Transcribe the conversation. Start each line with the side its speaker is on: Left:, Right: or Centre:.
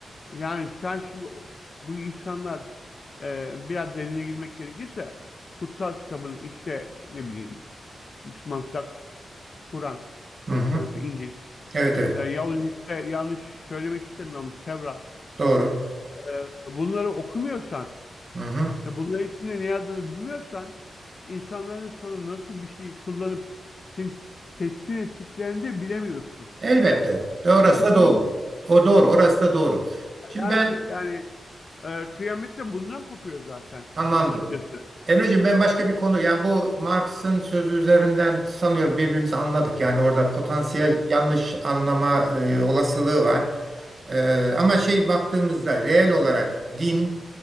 Left: Yani sen şimdi o- bu insanlar e, biraz derine girmek gerekirse kutsal kitabını işte ne bileyim Müslümanlıkta Kur'an,
Right: Hı
Left: Hristiyanlıkta
Right: hı.
Left: İncil,
Right: Evet evet.
Left: e, Yahudilikte yanlış söylemek istemiyorum Tevrat.
Right: Doğru.
Left: E, bunları okumuyorsan
Right: Hı hı.
Left: ve bunların içinde ne yazdığını bilmiyorsan insanların sana nasıl bir şey kullanıp seni teskin ettiklerini de bilemiyorsun.
Right: Elbette. De orası
Left: Böyle bir
Right: da
Left: durum
Right: doğru.
Left: var.
Right: O doğru. Orası da doğru. Şimdi
Left: Yani
Right: ben
Left: yani e, kıyamet de bundan kopuyor zaten
Right: Tamamdır.
Left: açıkçası.
Right: Emreciğim ben başka bir konu yani bu Marx'ın sözü üzerinden sanıyorum birbirimizi anladık. Yani orada potansiyel
Left: Evet.
Right: yanlış anlama e, olasılığı var. E, ama şey baktığımızda reel olarak din